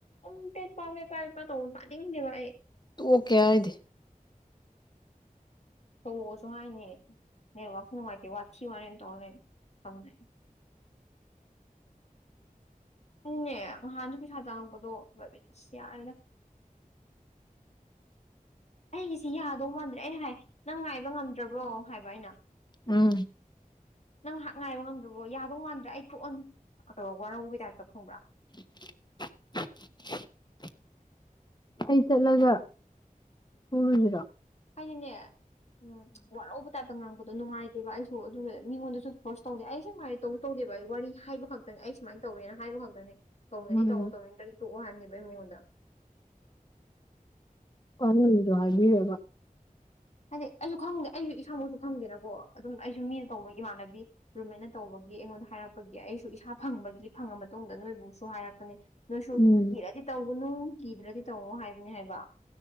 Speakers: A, on the left (about 50°); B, on the left (about 30°).
A: ꯑꯗꯨꯝ ꯄꯦꯠ ꯄꯥ -ꯄꯦꯠ ꯄꯥ ꯇꯧꯕꯗꯣ ꯇꯥꯅꯤꯡꯗꯦꯕ ꯑꯩ
B: ꯇꯣꯛꯀꯦ ꯍꯥꯌꯗꯦ
A: ꯇꯧꯔꯛꯑꯣꯁꯨ ꯍꯥꯏꯅꯦ ꯅꯦꯠꯋꯥꯛꯁꯨ ꯅꯨꯉꯥꯢꯇꯦ ꯋꯥꯊꯤ ꯋꯥꯔꯦꯝ ꯇꯧꯔ ꯂꯩ UNINTELLIGIBLE
B: INAUDIBLE
A: ꯍꯣꯏꯅꯦ ꯅꯍꯥꯟꯖ ꯄꯩꯁꯥ ꯆꯪꯉꯛꯄꯗꯣ ꯕꯕꯤꯠꯁ ꯌꯥꯔꯦꯗ ꯑꯩꯒꯤꯖꯤ ꯌꯥꯗꯧ ꯃꯥꯟꯗ꯭ꯔꯦ ꯑꯩꯅ ꯍꯥꯏ ꯅꯪ ꯉꯥꯏꯕ ꯉꯝꯗ꯭ꯔꯕ꯭ꯔꯣ ꯍꯥꯏꯕ ꯑꯩꯅ
B: ꯎꯪ
A: ꯅꯪ ꯉꯥꯢꯍꯥꯛ ꯉꯥꯏꯕ ꯉꯝꯗ꯭ꯔꯕ꯭ꯔꯣ ꯌꯥꯗꯧ ꯃꯥꯟꯗ꯭ꯔꯦ ꯑꯩ ꯊꯣꯛꯑꯅꯤ ꯀꯥ ꯇꯧꯔ ꯋꯥꯔꯧꯕꯩ ꯇꯥꯏꯞꯇ ꯈꯪꯕ꯭ꯔꯥ
B: INAUDIBLE ꯑꯩ ꯆꯠꯂꯒ ꯐꯨ ꯔꯨ ꯖꯤꯔꯣ
A: ꯍꯥꯏꯗꯤꯅꯦ ꯎꯪ ꯆ ꯋꯥꯔꯧꯕ ꯇꯥꯏꯞꯇ ꯉꯥꯡꯕꯗꯣ ꯅꯨꯡꯉꯥꯏꯇꯦꯕ ꯑꯩꯁꯨ ꯑꯗꯨꯅꯦ ꯃꯤꯉꯣꯟꯗꯁꯨ ꯐꯣꯔꯁ ꯇꯧꯗꯦ ꯑꯩ ꯑꯁꯦꯡꯕ ꯍꯥꯢꯒꯦ ꯇꯧꯁꯨ ꯇꯧꯗꯦꯕ ꯑꯩ ꯋꯥꯔꯤ ꯍꯥꯏꯕ ꯈꯛꯇꯅꯤ ꯑꯩ ꯁꯨꯃꯥꯏꯅ ꯇꯧ ꯇꯧꯋꯦꯅ ꯍꯥꯏꯕꯈꯛꯇꯅꯦ ꯇꯧꯅꯤꯡꯉꯗꯤꯇꯧꯔꯣ-
B: ꯎꯝ
A: ꯇꯧꯅꯤꯡꯗ꯭ꯔꯗꯤ ꯇꯣꯛꯑꯣ ꯍꯥꯢꯕꯅꯦꯕ ꯑꯩ ꯃꯉꯣꯟꯗ
B: ꯀꯥꯟꯅꯕꯖꯨ ꯍꯥꯏꯕꯤꯔꯒ
A: ꯍꯥꯏꯗꯤ ꯑꯩꯖꯨ ꯈꯪꯗꯦ ꯑꯩꯖꯨ ꯏꯁꯥꯃꯛꯁꯨ ꯈꯪꯗꯦꯅꯀꯣ ꯑꯗꯨꯝ ꯑꯩꯁꯨ ꯃꯤꯅ ꯇꯧꯕ ꯏꯃꯥꯟꯅꯕꯤ ꯔꯨꯝꯃꯦꯠꯅ ꯇꯧꯕꯒꯤ ꯑꯩꯉꯣꯟꯗ ꯍꯥꯏꯔꯛꯄꯒꯤ ꯑꯩꯁꯨ ꯏꯁꯥ ꯐꯪꯕꯒꯤ -ꯐꯪꯉ ꯃꯇꯨꯡꯗ ꯅꯣꯏꯕꯨꯁꯨ ꯍꯥꯏꯔꯛꯄꯅꯦ ꯅꯣꯏꯁꯨ
B: ꯎꯝ
A: ꯀꯤꯔꯗꯤꯇꯧꯒꯅꯨ- ꯀꯤꯗ꯭ꯔꯗꯤ ꯇꯧꯑꯣ ꯍꯥꯏꯕꯅꯦ ꯍꯥꯏꯕ